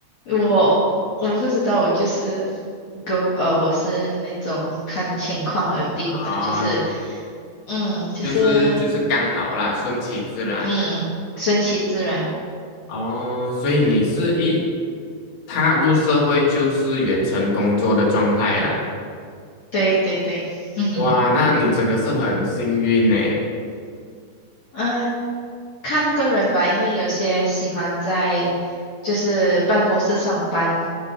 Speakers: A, on the left; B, on the left.
A: 我。我不知道，我就是狗，呃，我是那种看情况而定的，
B: 啊，
A: 就是，嗯，就是，
B: 就是就是刚好啦，顺其自然啦。
A: 嗯，顺其自然。
B: 哦，所以你是一踏入社会就是远程工作的状态啦。
A: 对对对，<laughs> 嗯，
B: 哇，那你真的是很幸运呢。
A: 呃看个人吧，因为有些喜欢在就是办公室上班，